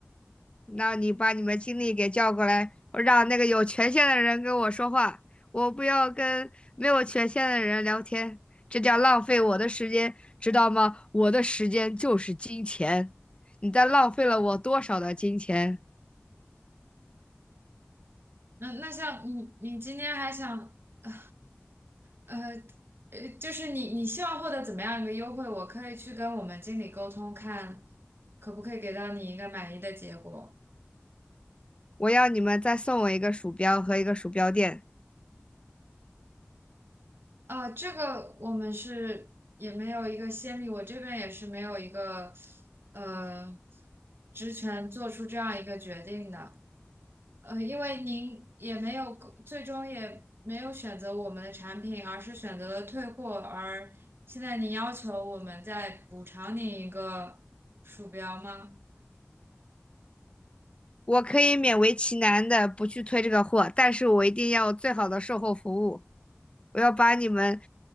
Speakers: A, on the left; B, on the right.
A: 那你把你们经理给叫过来，让那个有权限的人跟我说话，我不要跟没有权限的人聊天，这叫浪费我的时间，知道吗？我的时间就是金钱，你在浪费了我多少的金钱？
B: 那那像你，你今天还想，呃呃，呃就是你你希望获得怎么样一个优惠？我可以去跟我们经理沟通，看可不可以给到你一个满意的结果。
A: 我要你们再送我一个鼠标和一个鼠标垫。
B: 啊、这个我们是也没有一个先例，我这边也是没有一个呃职权做出这样一个决定的。呃，因为您也没有最终也没有选择我们的产品，而是选择了退货，而现在您要求我们再补偿您一个鼠标吗？
A: 我可以勉为其难的不去推这个货，但是我一定要有最好的售后服务。我要把你们